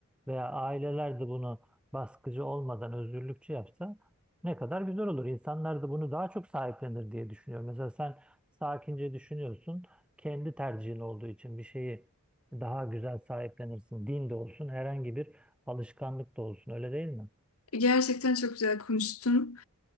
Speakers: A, in the centre; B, on the left.
A: veya aileler de bunu baskıcı olmadan özgürlükçü yapsa ne kadar güzel olur. İnsanlar da bunu daha çok sahiplenir diye düşünüyorum. Mesela sen sakince düşünüyorsun, kendi tercihin olduğu için bir şeyi daha güzel sahiplenirsin. Din de olsun, herhangi bir alışkanlık da olsun. Öyle değil mi?
B: Gerçekten çok güzel konuştun.